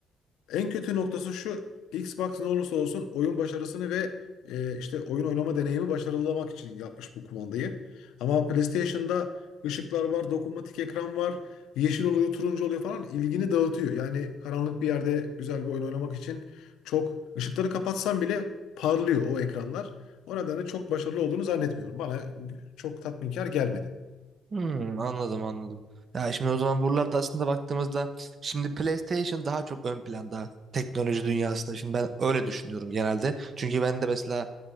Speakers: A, on the left; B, on the right.
A: En kötü noktası şu. Xbox ne olursa olsun oyun başarısını ve e, işte oyun oynama deneyimi başarılamak için yapmış bu kumandayı. Ama PlayStation'da ışıklar var, dokunmatik ekran var, yeşil oluyor, turuncu oluyor falan ilgini dağıtıyor. Yani karanlık bir yerde güzel bir oyun oynamak için çok ışıkları kapatsam bile parlıyor o ekranlar. O nedenle çok başarılı olduğunu zannetmiyorum. Bana çok tatminkar gelmedi.
B: Hmm, anladım anladım. Ya şimdi o zaman buralarda aslında baktığımızda şimdi PlayStation daha çok ön planda teknoloji dünyasında. Şimdi ben öyle düşünüyorum genelde. Çünkü ben de mesela